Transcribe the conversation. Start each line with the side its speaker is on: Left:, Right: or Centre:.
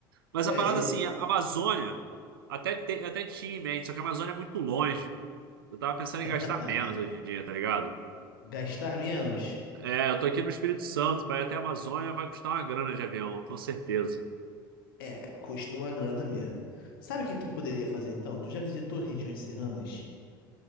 Right: Mas
Left: Pô,
Right: a
Left: é,
Right: parada
Left: ele...
Right: assim, a Amazônia até, te- até tinha em mente, só que a Amazônia é muito longe. Eu tava pensando
Left: <laughs>
Right: em gastar menos hoje em dia, tá ligado?
Left: Gastar menos
Right: É, eu tô aqui no Espírito Santo, pra ir até a Amazônia vai custar uma grana de avião, com certeza.
Left: é, custa uma grana mesmo. Sabe o que tu poderia fazer então? Tu já visitou regiões serranas?